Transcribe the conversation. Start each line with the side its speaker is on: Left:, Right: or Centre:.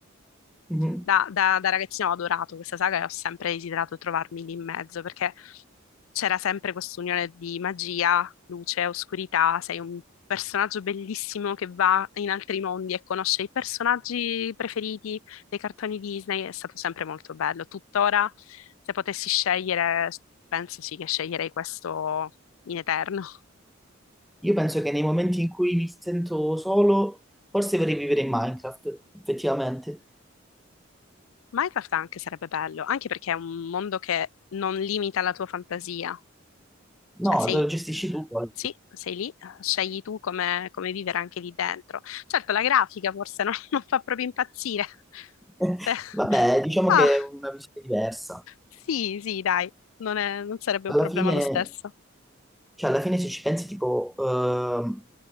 Centre: Mhm.
Left: da, da- da ragazzina ho adorato questa saga e ho sempre desiderato trovarmi lì in mezzo perché c'era sempre quest'unione di magia, luce, oscurità, sei un personaggio bellissimo che va in altri mondi e conosce i personaggi preferiti dei cartoni Disney, è stato sempre molto bello. Tuttora, se potessi scegliere, penso sì che sceglierei questo in eterno.
Centre: Io penso che nei momenti in cui mi sento solo, forse vorrei vivere in Minecraft, effettivamente.
Left: Minecraft anche sarebbe bello, anche perché è un mondo che non limita la tua fantasia. Cioè,
Centre: No,
Left: sei,
Centre: te lo
Left: eh,
Centre: gestisci tu poi.
Left: sì, sei lì, scegli tu come, come vivere anche lì dentro. Certo, la grafica forse <laughs> non, non fa proprio impazzire,
Centre: <laughs>
Left: Se-
Centre: Vabbè, diciamo
Left: ma
Centre: che è una visione diversa.
Left: sì, sì, dai, non è- non sarebbe
Centre: Alla
Left: un problema
Centre: fine
Left: lo stesso.
Centre: Cioè, alla fine se ci pensi, tipo, ehm,